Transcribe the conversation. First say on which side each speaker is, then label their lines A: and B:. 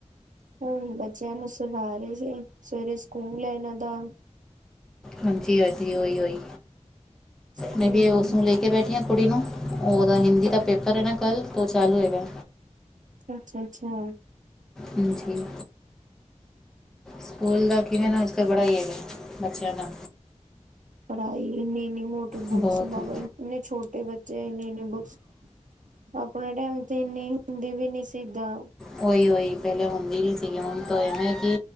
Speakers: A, on the right (about 80°); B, in the centre.
A: ਹੁਣ ਬੱਚਿਆਂ ਨੂੰ ਸੁਣਾ ਰਏ ਸੀ ਸਵੇਰੇ ਸਕੂਲ ਐ ਇਹਨਾਂ ਦਾ
B: ਹਾਂਜੀ-ਹਾਂਜੀ ਓਹੀ-ਉਹੀ
A: ਹੂੰ,
B: ਮੈਂ ਵੀ ਉਸਨੂੰ ਲੀ ਕੇ ਬੈਠੀ ਆਂ ਕੁੜੀ ਨੂੰ ਉਹਦਾ ਹਿੰਦੀ ਦਾ ਪੇਪਰ ਹੈ ਨਾ ਕੱਲ੍ਹ ਤ ਓ ਚਾਲੂ ਹੈਗਾ।
A: ਅੱਛਾ-ਅੱਛਾ
B: ਹਾਂਜੀ ਸਕੂਲ ਦਾ ਕਿਵੇ ਨਾ ਅੱਜ ਕੱਲ ਬੜਾ ਈ ਹੈਗਾ ਬੱਚਿਆਂ ਦਾ
A: ਪੜ੍ਹਾਈ ਏਨੀ-ਏਨੀ ਮੋਟੀ ਬੁੱਕਸ
B: ਬਹੁਤ
A: ਬਵੇ
B: ਹੈ
A: ਇੰਨੇ ਛੋਟੇ ਬੱਚੇ ਆ ਇੰਨੇ-ਇੰਨੇ ਬੁੱਕਸ ਆਪਣੇ ਟੈਮ ਤੇ ਇਨੀ ਹੁੰਦੀ ਵੀ ਨਹੀਂ ਸੀਗਾ,
B: ਉਹੀ-ਉਹੀ ਪਹਿਲੇ ਹੁੰਦੀ ਨੀ ਸੀਗਾ, ਹੁਣ ਤਾਂ ਐਵੇਂ ਹੈ ਕਿ